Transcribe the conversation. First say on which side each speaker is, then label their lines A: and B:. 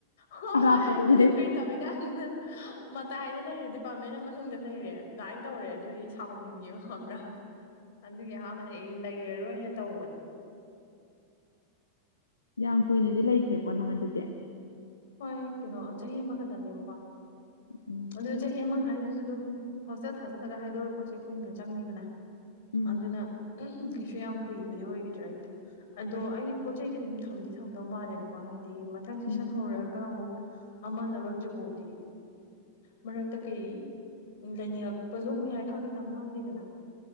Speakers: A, on the left; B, on the left.
A: ꯍꯣꯏ
B: ꯑꯔꯥꯞꯄꯗ
A: ꯍꯣꯏ ꯍꯥꯏꯕꯗꯤ
B: ꯂꯩ
A: ꯐꯔꯤ ꯇꯧꯃꯤ ꯀꯥꯟꯅ ꯃꯇ ꯍꯥꯏꯗ ꯂꯩꯔꯦ ꯗꯤꯄꯥꯔꯠꯃꯦꯟ ꯃꯅꯨꯡꯗ ꯂꯩꯔꯦ ꯑꯗꯨꯃꯥꯏꯅ ꯇꯧꯔꯦ ꯑꯗꯨꯗꯤ ꯁꯥꯎꯅꯤꯡꯉꯦꯕ ꯈꯕ꯭ꯔꯥ ꯑꯗꯨꯒꯤ ꯑꯍꯥꯟꯕꯗ ꯑꯩ ꯂꯩꯔꯔꯣꯏꯅ ꯇꯧꯕꯅꯦ
B: ꯌꯥꯝ ꯀꯨꯏꯅꯗꯤ ꯂꯩꯇ꯭ꯔꯦꯀꯣ ꯅꯪ ꯑꯗꯨꯗꯤ
A: ꯍꯣꯏ ꯀꯩꯅꯣ ꯆꯍꯤ ꯑꯃꯈꯛꯇꯅꯦꯕꯀꯣ
B: ꯎꯝ
A: ꯑꯗꯨ ꯆꯍꯤ ꯑꯃ ꯍꯥꯏꯔꯤꯁꯤ ꯑꯗꯨꯝ ꯍꯣꯁꯇꯦꯜ ꯊꯥꯖꯤꯜꯂꯒ ꯍꯥꯏꯗꯣꯔꯛꯄꯁꯦ ꯀꯨꯏꯅ ꯆꯪꯉꯤꯗꯅ
B: ꯎꯝ
A: ꯑꯗꯨꯅ ꯀꯩꯁꯨ ꯌꯥꯝ ꯀꯨꯏꯕꯗꯤ ꯑꯣꯏꯒꯗ꯭ꯔꯥꯒꯤꯗ ꯑꯗꯣ ꯑꯩ ꯄꯣꯠ ꯆꯩꯩꯗꯨ ꯑꯗꯨꯝ ꯊꯝꯗꯤ ꯊꯝꯗꯧ ꯃꯥꯜꯂꯦꯕꯀꯣ ꯍꯥꯏꯗꯤ ꯃꯊꯪ ꯁꯦꯁꯟ
B: ꯎꯝ
A: ꯍꯧꯔꯒ ꯑꯃ ꯂꯧꯔꯛꯇ꯭ꯔꯤ ꯐꯥꯎꯗꯤ ꯃꯔꯛꯇ ꯀꯩ ꯂꯩꯥꯏꯅꯤꯡꯉꯛ ꯄꯣꯁꯨ ꯑꯃꯨꯛ ꯌꯥꯏ ꯈꯪꯗꯦ ꯇꯝ ꯉꯝꯗꯦꯗꯅ